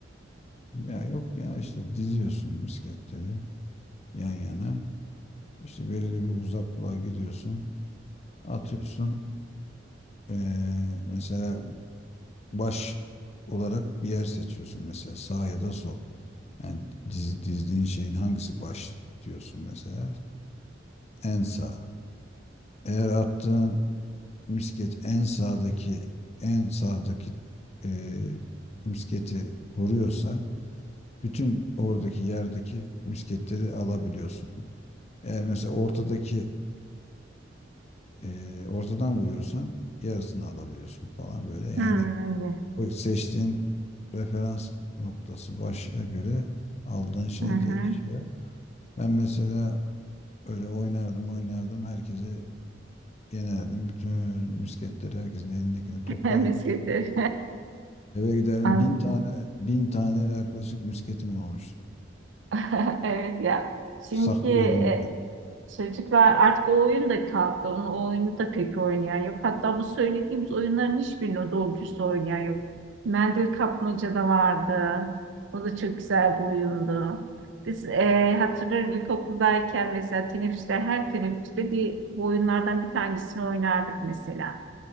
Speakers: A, on the left; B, on the right.
A: Ya yok ya işte diziyorsun misketleri yan yana. İşte belirli bir uzaklığa gidiyorsun. Atıyorsun. Ee, mesela baş olarak bir yer seçiyorsun. Mesela sağ ya da sol. Yani diz- dizdiğin şeyin hangisi baş diyorsun mesela? En sağ. Eğer attığın misket en sağdaki en sağdaki eee, misketi vuruyorsa bütün oradaki yerdeki misketleri alabiliyorsun. Eğer mesela ortadaki eee, ortadan vuruyorsan yarısını alabiliyorsun falan böyle. Yani
B: Hmm.
A: o seçtiğin referans noktası başa göre aldığın şey
B: Hı hı.
A: değişiyor. Ben mesela Öyle oynardım oynardım herkesi yenerdim. Bütün misketleri herkesin elindekini toplar
B: <laughs> Misketleri.
A: eve, eve giderdim.
B: <laughs> Anladım.
A: Bin tane bin tane yaklaşık misketim olmuştu.
B: <laughs> Evet ya. Şimdiki
A: Saklıyordum.
B: e, Çocuklar artık o oyun da kalktı. Onu, o oyunu da pek oynayan yok. Hatta bu söylediğimiz oyunların hiçbirini doğru dürüst oynayan yok. Mendil kapmaca da vardı. O da çok güzel bir oyundu. Biz eee
A: Evet.
B: hatırlarım ilkokuldayken mesela teneffüste her teneffüste bir bu oyunlardan bir tanesini oynardık mesela.